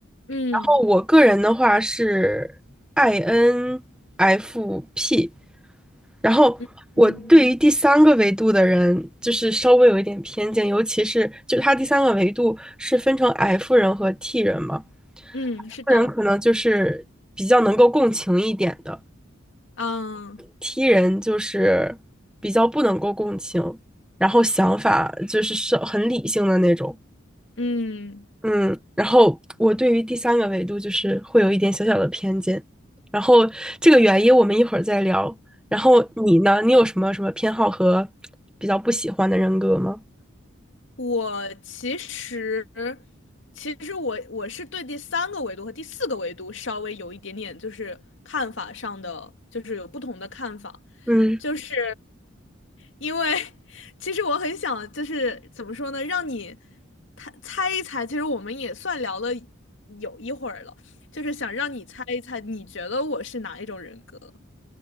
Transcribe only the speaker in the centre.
然后我个人的话是 INFP，然后我对于第三个维度的人就是稍微有一点偏见，
尤其是就它第三个维度是分成 F 人和 T 人嘛
，F 人可能就是比较能够共情一点的。
T 人就是比较不能够共情，然后想法就是是很理性的那种，
嗯，然后我对于第三个维度就是会有一点小小的偏见，然后这个原因我们一会儿再聊。然后你呢？你有什么什么偏好和比较不喜欢的人格吗？
嗯，